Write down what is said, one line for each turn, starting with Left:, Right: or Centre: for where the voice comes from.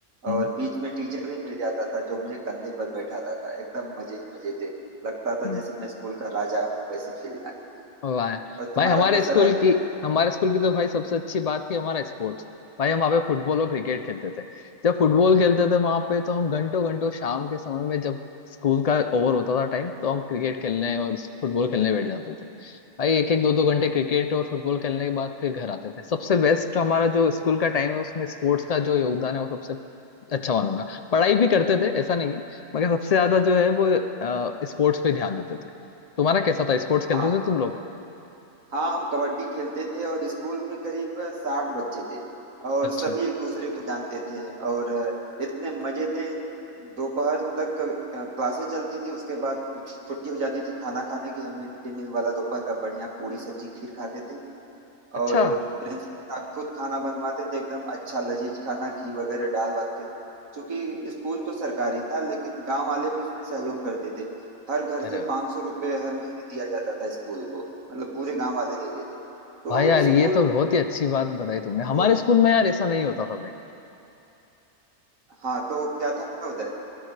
Left: हम्म,
Right: और बीच में टीचर भी मिल जाता था जो मुझे कंधे पर बैठाता था एकदम मजे ही मजे थे लगता था
Left: हम्म।
Right: जैसे मैं स्कूल का राजा हूँ वैसी फीलिंग आती थी
Left: वाह
Right: और तुम्हारा
Left: भाई हमारे
Right: कैसा
Left: स्कूल
Right: रहा
Left: की हमारे स्कूल की तो भाई सबसे अच्छी बात थी हमारा स्पोर्ट्स भाई हम वहाँ पे फुटबॉल और क्रिकेट खेलते थे जब फुटबॉल खेलते थे वहां पे तो हम घंटों घंटों शाम के समय में जब स्कूल का ओवर होता था टाइम तो हम क्रिकेट खेलने और फुटबॉल खेलने बैठ जाते थे भाई एक एक दो दो घंटे क्रिकेट और फुटबॉल खेलने के बाद फिर घर आते थे सबसे बेस्ट हमारा जो स्कूल का टाइम है उसमें स्पोर्ट्स का जो योगदान है वो सबसे अच्छा मानूंगा पढ़ाई भी करते थे ऐसा नहीं है मगर सबसे ज्यादा जो है वो स्पोर्ट्स पे ध्यान देते थे तुम्हारा कैसा था स्पोर्ट्स खेलते
Right: वाह
Left: थे तुम लोग
Right: हाँ हम कबड्डी खेलते थे और स्कूल में करीब साठ बच्चे थे और
Left: अच्छा
Right: सभी एक दूसरे को जानते थे और इतने मजे थे दोपहर तक क- क्लासें चलती थी उसके बाद छुट्टी हो जाती थी खाना खाने की हम मिड डे मील वाला दोपहर का बढ़िया पूरी सब्जी खीर खाते थे
Left: अच्छा
Right: और प्रिंसिपल साहब खुद खाना बनवाते थे एकदम अच्छा लजीज खाना घी वगैरह डाल वाल के क्योंकि स्कूल तो सरकारी था लेकिन गांव वाले भी उसमें सहयोग करते थे हर घर
Left: अरे
Right: से
Left: वाह
Right: पाँच सौ रुपये हर महीने दिया जाता था स्कूल को मतलब पूरे गांव वाले देते थे तो
Left: भाई यार
Right: स्कूल
Left: ये तो बहुत ही अच्छी बात बताई तुमने हमारे
Right: तो
Left: स्कूल में यार ऐसा नहीं होता था भाई
Right: हाँ तो क्या था उधर